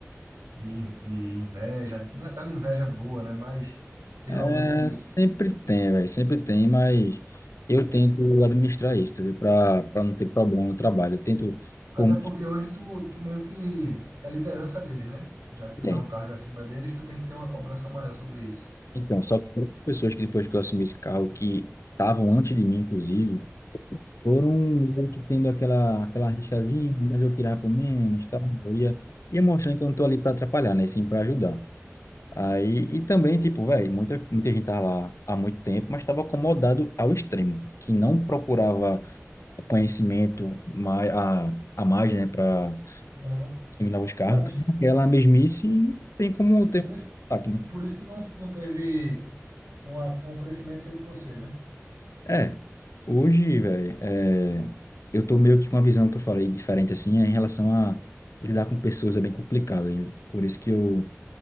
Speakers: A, on the right; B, on the left.
A: de, de inveja, aquela inveja boa, né? Mas teve
B: é,
A: algum que...
B: sempre tem, velho, sempre tem, mas eu tento administrar isso, entendeu? Para para não ter problema no trabalho. Eu tento.
A: Até
B: por mais
A: porque
B: que
A: hoje tu, tu meio que é liderança deles, né? Já que tu
B: tenha.
A: tá um cargo acima deles, tu tem que ter uma cobrança maior sobre isso.
B: Então, só que pessoas que depois que eu assumi esse carro, que estavam antes de mim, inclusive. Foram meio que tendo aquela, aquela rixazinha, mas eu tirava por menos, tá? Eu ia, ia mostrando que eu não tô ali para atrapalhar, né? Sim, para ajudar. Aí, e também, tipo, velho, muita, muita gente tava lá há muito tempo, mas estava acomodado ao extremo, que não procurava conhecimento mais, a, a mais, né, para
A: Aham.
B: dominar os carros,
A: Tá, mas-
B: porque aquela mesmice e tem como
A: E
B: ter
A: por
B: um
A: isso,
B: ataque, né?
A: por isso que não, não teve... uma- um crescimento feito você, né?
B: É, hoje, velho, é, eu tô meio que com uma visão que eu falei diferente, assim, é em relação a lidar com pessoas é bem complicado. Eu, por isso que eu